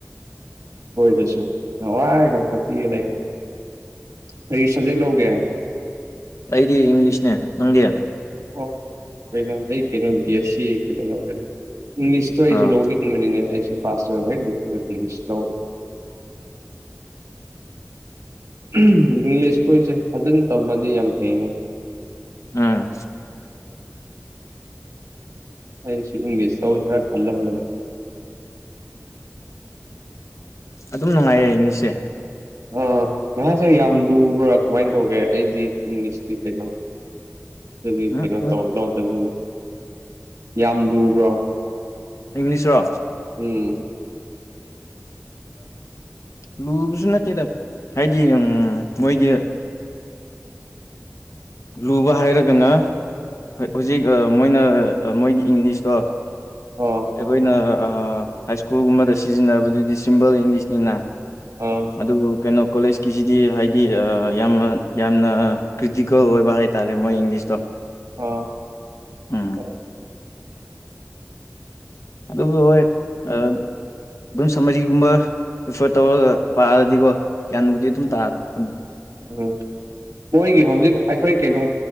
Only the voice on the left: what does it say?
ꯑꯩꯗꯤ ꯏꯪꯂꯤꯁꯅꯦ ꯅꯪꯒ
ꯑꯥ
ꯎꯝ
ꯑꯗꯨꯝ ꯅꯨꯡꯉꯥꯏꯌꯦ ꯏꯅꯤꯁꯦ
ꯎꯝ
ꯎꯝ
ꯏꯪꯂꯤꯁ꯭ꯔꯣ
ꯂꯨꯕꯁꯨ ꯅꯠꯇꯦꯗ ꯍꯥꯏꯗꯤ ꯃꯣꯏꯒꯤ ꯂꯨꯕ ꯍꯥꯏꯔꯒꯅ ꯍꯣꯏ ꯍꯧꯖꯤꯛ ꯃꯣꯏꯅ ꯃꯣꯏꯒꯤ ꯏꯪꯂꯤꯁꯇꯣ
ꯑꯩꯈꯣꯏꯅ ꯍꯥꯏ ꯁ꯭ꯀꯨꯜꯒꯨꯝꯕꯗ ꯁꯤꯖꯤꯟꯅꯕꯗꯨꯗꯤ ꯁꯤꯝꯄꯜ ꯏꯪꯂꯤꯁꯅꯤꯅ
ꯑꯗꯨꯕꯨ ꯀꯩꯅꯣ ꯀꯣꯂꯦꯖꯀꯤꯁꯤꯗꯤ ꯍꯥꯏꯗꯤ ꯌꯥꯝꯅ ꯌꯥꯝꯅ ꯀ꯭ꯔꯤꯇꯤ ꯒꯜ ꯑꯣꯏꯕ ꯍꯥꯏꯇꯥꯔꯦ ꯃꯣꯏ ꯏꯪꯂꯤꯁꯇꯣ
ꯎꯝ
ꯑꯗꯨ ꯍ ꯑ ꯑꯗꯨꯝ ꯁꯝꯃꯔꯤꯒꯨꯝꯕ ꯄꯔꯤꯐꯔ ꯇꯧꯔꯒ ꯄꯥꯔꯗꯤꯀꯣ ꯒ꯭ꯌꯥꯟꯕꯨꯗꯤ ꯑꯗꯨꯝ ꯇꯥꯔꯛꯄꯅꯤ